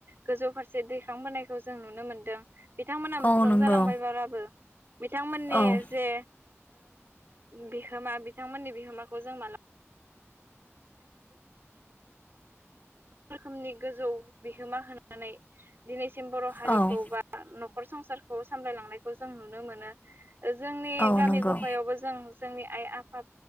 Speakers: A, on the right; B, on the left.
A: गोजौ फारसे दैखांबोनायखौ जों नुनो मोनदों बिथांमोना
B: औ
A: मुंख्लं
B: नंगौ
A: जालांबायबाबो बिथांमोननि
B: औ
A: जे बिहोमा बिथांमोननि बिहोमाखौ जों मालाबा <unintelligible> रोखोमनि गोजौ बिहोमा होनानै दिनै बर' हारिखौ
B: औ
A: बा न'खर संसारखौ सामलायलांनायखौ जों नुनो मोनो। जोंनि
B: औ
A: गामि
B: नंगौ
A: गफायावबो जों जोंनि आइ आफा